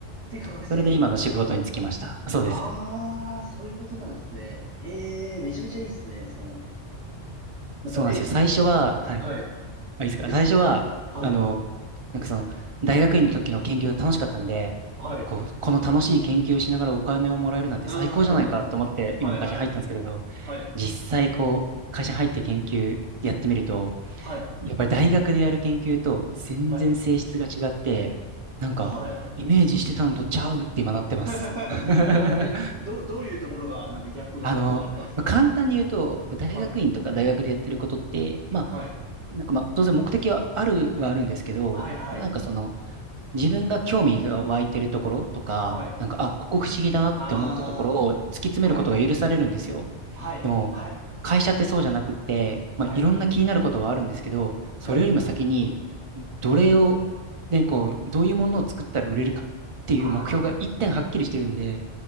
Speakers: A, on the right; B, on the right.
A: で、化学製品の同意。
B: それで今の仕事に就きました。そうです。
A: ああ、そういうことなんですね。ええめちゃめちゃいいですね、その、なんか、
B: そうなんですよ。
A: え、つ
B: 最初は、はい。
A: はい、
B: あ、いいですか。
A: え、
B: 最初は、
A: すはい、
B: あの、なんかその、大学院の時の研究が楽しかったんで、
A: はい、う
B: こう、この楽しい研究をしながらお金をもらえるなんて最高じゃないかと思って、
A: ーん、はい、
B: 今の会社に入ったんですけど、
A: はい、はい、
B: 実際こう、会社に入って研究やってみると、
A: はい、
B: やっぱり大学でやる研究と全然性質が違って、
A: はい、
B: なんか、
A: はい、はい、
B: イメージしてたのとちゃうって今なってます。
A: <laughs>
B: <laughs>
A: なんか、え、ど、どういうところが、なんかギャップがあったんですか
B: あの、まあ、簡単に言うと、大学院とか大学でやってることって、
A: はい。
B: まあ、
A: はい。
B: なんかまあ、当然目的はあるはあるんですけど、
A: はい、はい。
B: まあ、なんかその、自分が興味が湧いてるところとか、
A: はい。
B: なんか、あ、ここ不思議だなって思ったところを突き詰めることが許されるんですよ。
A: ああ、はい。はい。
B: でも、
A: はい。
B: 会社ってそうじゃなくって、まあ、
A: はい。
B: いろんな気になることはあるんですけど、
A: はい。
B: それよりも先に、
A: <laughs>
B: どれを、ね、こう、どういうものを作ったら売れるかっていう目標が一点はっきりしてるんで、
A: ああ、